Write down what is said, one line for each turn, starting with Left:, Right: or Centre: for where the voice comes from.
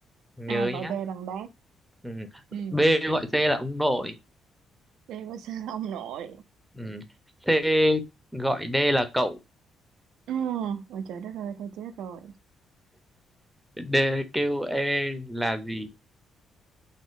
Centre: nhớ
Right: ai gọi
Centre: nhá
Right: B bằng bác.
Centre: ừ.
Right: Ừ.
Centre: b gọi c là ông nội
Right: B có sao <laughs> ông nội.
Centre: ừ. c gọi d là cậu
Right: Ừ. Ôi trời đất ơi, thôi chết rồi.
Centre: d kêu e là gì